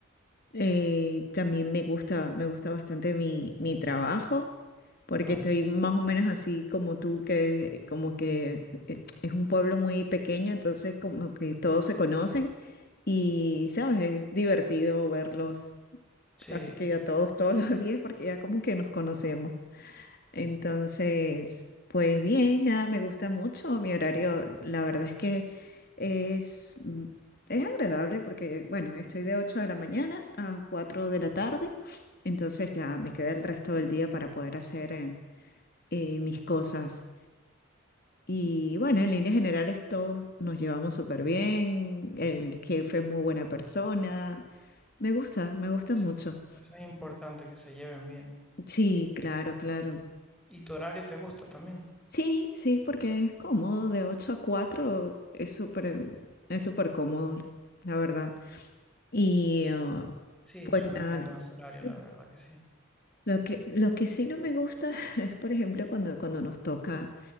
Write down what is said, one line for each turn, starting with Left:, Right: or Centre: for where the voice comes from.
Left: Eh, también me gusta, me gusta bastante mi, mi trabajo, porque
Centre: ok,
Left: estoy más o menos así como tú, que como que eh, es un pueblo muy pequeño, entonces como que todos se conocen y, ¿sabes? Es divertido verlos
Centre: Sí,
Left: casi que a todos todos los <laughs> días porque ya como que nos conocemos. Entonces, pues bien, nada, me gusta mucho. Mi horario, la verdad es que es, es agradable porque, bueno, estoy de 8 de la mañana a 4 de la tarde. Entonces ya me queda el resto del día para poder hacer eh, eh, mis cosas. Y bueno, en líneas generales todos nos llevamos súper bien. El jefe es muy buena persona. Me gusta, me gusta
Centre: sí.
Left: mucho.
Centre: eso es importante que se lleven bien.
Left: Sí, claro, claro.
Centre: ¿Y tu horario te gusta también?
Left: Sí, sí, porque es cómodo, de 8 a 4 es súper, es súper cómodo, la verdad. Y ah,
Centre: Sí,
Left: pues
Centre: suena
Left: nada,
Centre: cómodo ese horario,
Left: Sí.
Centre: la verdad que sí.
Left: lo que, lo que sí no me gusta <laughs> es, por ejemplo, cuando, cuando nos toca